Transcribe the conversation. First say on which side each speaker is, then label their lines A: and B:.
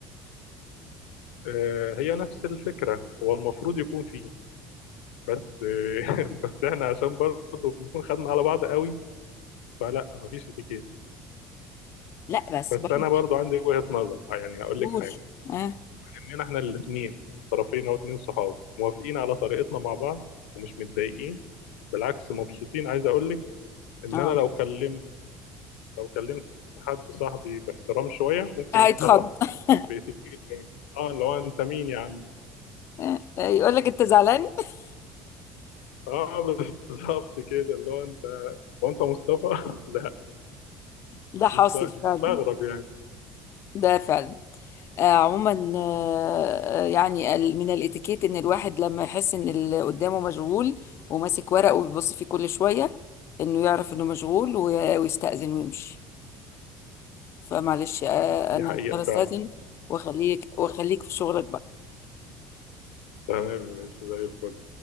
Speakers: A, on the left (about 75°); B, on the left (about 45°).
A: فهي نفس الفكرة هو المفروض يكون فيه بس <laughs> بس احنا عشان برضه بنكون خدنا على بعض قوي فلا مفيش اتيكيت
B: لا بس
A: بس
B: برضه
A: انا برضه عندي وجهة نظر يعني هقول
B: قولي
A: لك حاجة
B: اه
A: اننا احنا الاثنين طرفين او اتنين صحاب موافقين على طريقتنا مع بعض ومش متضايقين بالعكس مبسوطين عايز اقول لك ان
B: اه
A: انا لو كلمت لو كلمت حد صاحبي باحترام شويه ممكن
B: هيتخض
A: يستغرب
B: <laughs>
A: باتيكيت يعني اه اللي هو انت مين يا عم
B: آه، يقول لك انت زعلان <laughs>
A: اه <laughs> بالظبط كده اللي هو انت وانت مصطفى <laughs> لا
B: ده حاصل
A: يست-
B: فعلا
A: يستغرب يعني
B: ده فعلا آه، عموما آه، آه، يعني ال- من الاتيكيت ان الواحد لما يحس ان اللي قدامه مشغول وماسك ورقه وبيبص فيه كل شوية انه يعرف انه مشغول وي- ويستأذن ويمشي فمعلش آه،
A: مم. دي
B: انا
A: حقيقه
B: هضطر
A: فعلا
B: استاذن واخليك واخليك في شغلك بقى.
A: تمام يا باشا زي الفل